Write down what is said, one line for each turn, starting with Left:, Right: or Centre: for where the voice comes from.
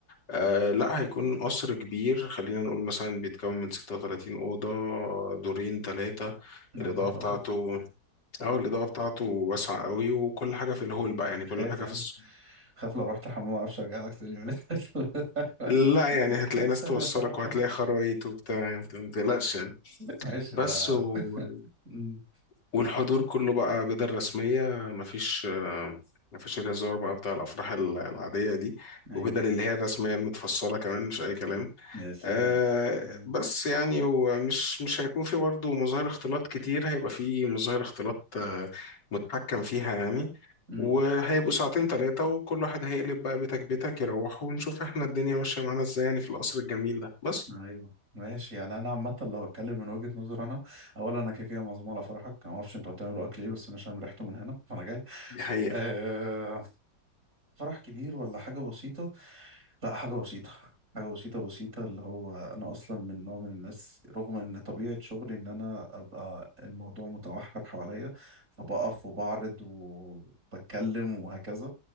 Left: آه لا هيكون قصر كبير خلينا نقول مثلا بيتكون من 36 أوضة دورين ثلاثة
Right: يا
Left: الإضاءة
Right: نهار
Left: بتاعته
Right: ابيض
Left: اه الإضاءة بتاعته واسعة قوي وكل حاجة في الهول
Right: أنا أنا
Left: بقى يعني
Right: خايف
Left: كل حاجة
Right: يا
Left: في
Right: عم
Left: الس...
Right: خايف لو رحت الحمام ما اعرفش ارجع لك تاني ولا <laughs>
Left: لا يعني هتلاقي
Right: انا
Left: ناس
Right: سايب
Left: توصلك
Right: الفرح
Left: وهتلاقي
Right: هنا
Left: خرايط وبتاع ما تقلقش يعني
Right: ماشي
Left: بس
Right: ده
Left: و...
Right: أمم.
Left: والحضور كله بقى بدل رسمية مفيش آه، مفيش الهزار بقى بتاع الأفراح ال- العادية دي
Right: ايوه
Left: وبدل اللي هي الرسمية المتفصلة كمان مش أي كلام
Right: يا سيدي
Left: آه
Right: أمم.
Left: بس يعني هو مش مش هيكون في برضه مظاهر اختلاط كتير هيبقى في مظاهر اختلاط آه متحكم فيها يعني
Right: أمم.
Left: وهيبقوا ساعتين تلاتة وكل واحد هيقلب بقى بيتك بيتك يروح ونشوف احنا الدنيا ماشية معانا ازاي يعني في القصر الجميل ده بس
Right: ايوه ماشي يعني انا عامه لو اتكلم من وجهه نظر انا اولا انا كده كده معزوم على فرحك أنا ما اعرفش انتوا هتعملوا اكل ايه بس انا شامم ريحته من هنا فانا جاي
Left: دي حقيقة
Right: أه فرح كبير ولا حاجة بسيطة لا حاجة بسيطة حاجة بسيطة بسيطة اللي هو أنا أصلا من نوع من الناس رغم إن طبيعة شغلي إن أنا أبقى الموضوع متوحر حواليا فبقف وبعرض وبتكلم وهكذا